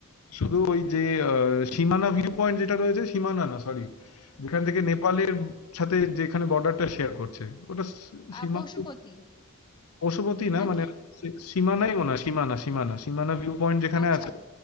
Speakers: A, on the left; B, on the left.
A: শুধু ওই যে আহ, সীমানা ভিউ পয়েন্ট যেটা রয়েছে সীমানা না সরি যেখান থেকে নেপালের সাথে যেখানে বর্ডারটা শেয়ার করছে ওটা সী- সীমানা
B: আ, পশুপতি
A: পশুপতি না
B: নাকি
A: মানে সী- সীমানাই মনে হয় সীমানা সীমানা সীমানা ভিউ পয়েন্ট যেখানে
B: আচ্ছা
A: আছে